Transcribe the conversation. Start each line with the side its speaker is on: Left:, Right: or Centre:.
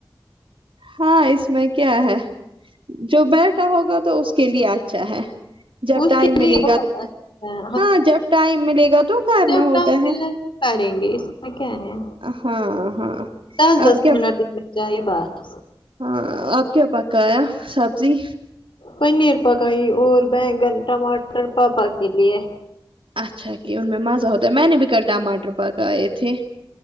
Right: ہاں اس میں کیا ہے جو بیٹھا ہوگا تو اس کے لیے اچھا ہے جب
Left: اس
Right: ٹائم
Left: کے
Right: ملے
Left: لیے
Right: گا
Left: بہت اچھا ہے
Right: ہاں جب ٹائم ملے گا تو کرھرنا
Left: جب
Right: ہوتا
Left: ٹائم ملے
Right: ہے
Left: تو کریں گے اس کیا ہے
Right: ہاں ہاں
Left: دس دس
Right: آپ کیا
Left: منٹ اتنے چاہیے بس
Right: ہاں آپ کیا پکایا سبزی
Left: پنیر پکائی اور بینگن ٹماٹر پاپا کے لیے
Right: اچھا کہ ان میں مزہ ہوتا ہے میں نے بھی کل ٹماٹر پکائے تھے